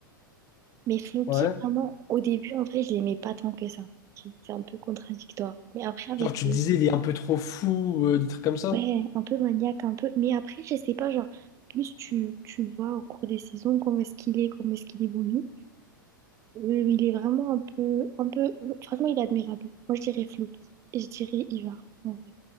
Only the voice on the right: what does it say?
Mais Floki,
vraiment, au début, en vrai, je l'aimais pas tant que ça. C'est c'est un peu contradictoire. Mais après, avec
lui,
ouais, un peu maniaque, un peu. Mais après, je sais pas, genre, plus tu, tu vois au cours des saisons comment est-ce qu'il est, comment est-ce qu'il évolue. Euh, il est vraiment un peu, un peu. Franchement, il est admirable. Moi, je dirais Floki. Et je dirais Ivar, en vrai.